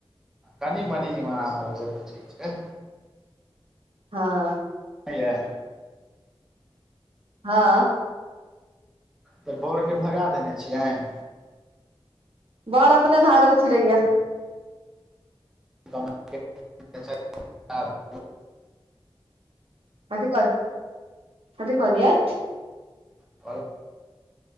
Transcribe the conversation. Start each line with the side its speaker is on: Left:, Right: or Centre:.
Centre: कनि-मनी इम्हर-आम्हर भेल तऽ ठीक छै।
Right: हँ
Centre: हऽ यै
Right: हँ
Centre: तऽ बोउड़ के भगा देने छियेन
Right: बोड़ अपने भागल फिड़ैयै
Centre: तऽ <unintelligible>
Right: कथि पर कथि कहलिए
Centre: <unintelligible>